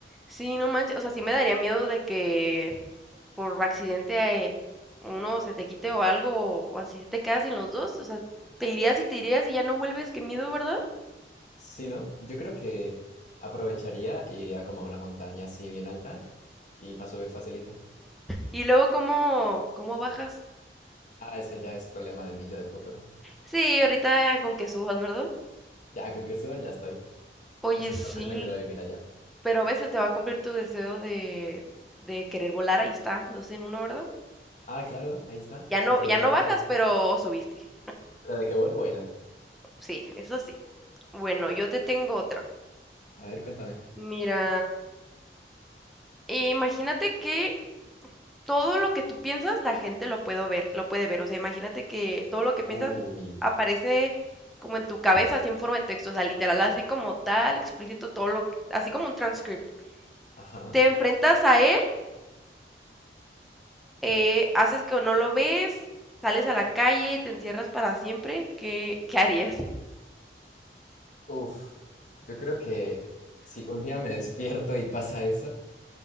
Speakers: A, in the centre; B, on the left.
A: Sí, no manches, o sea, sí me daría miedo de que por accidente eh, uno se te quite o algo, o así te quedas sin los dos, o sea, te irías y te irías y ya no vuelves, qué miedo, ¿verdad?
B: Si no, yo creo que aprovecharía e iría como a una montaña así bien alta y para subir facilito.
A: Y luego, ¿cómo, cómo bajas?
B: Ah, eso ya es problema de mí yo del futuro.
A: Sí, ahorita con que subas, ¿verdad?
B: Ya con que suba ya estoy.
A: Oye,
B: Y si no,
A: sí,
B: pues me quedo a vivir allá.
A: pero a veces te va a cumplir tu deseo de, de querer volar, ahí está, dos en uno, ¿verdad?
B: Ah, claro, ahí está.
A: Ya no,
B: El problema
A: ya no
B: es bajar.
A: bajas, pero subiste.
B: ¿Pero de qué vuelo, vuela?
A: Sí, eso sí. Bueno, yo te tengo otra.
B: A ver, cuéntame.
A: Mira, imagínate que Todo lo que tú piensas, la gente lo puede ver, lo puede ver. O sea, imagínate que todo lo que piensas
B: Uy,
A: aparece como en tu cabeza, así en forma de texto, o sea, literal, así como tal, explícito, todo lo, así como un transcript.
B: ajá.
A: Te enfrentas a él, eh, haces que no lo ves, sales a la calle, te encierras para siempre. ¿Qué, qué harías?
B: Uf, yo creo que si un día me despierto y pasa eso,